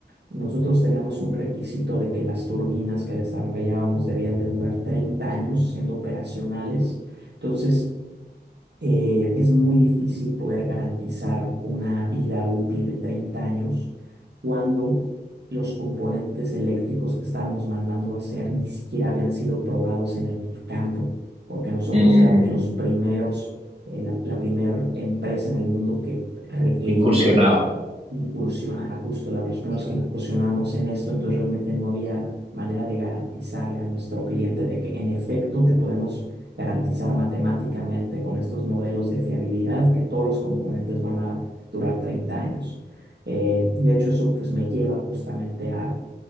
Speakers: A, on the right (about 75°); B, on the right (about 35°).
A: Nosotros tenemos
B: Ujú.
A: un requisito de que las turbinas que desarrollábamos debían de durar 30 años siendo operacionales. Entonces, eh, es muy difícil poder garantizar una vida útil de 30 años cuando los componentes eléctricos que estábamos mandando a hacer ni siquiera habían sido probados en el campo, porque nosotros
B: Mm,
A: éramos los primeros, eh, la, la primera empresa en el mundo que requería
B: incursionaba.
A: incursión, ajá, justo la- los primeros
B: Sí,
A: que incursionábamos en esto, entonces realmente no había
B: sí.
A: manera de garantizarle a nuestro cliente de que en efecto te podemos garantizar matemáticamente con estos modelos de fiabilidad que todos los componentes van a durar 30 años. Eh, y de hecho eso pues me lleva justamente a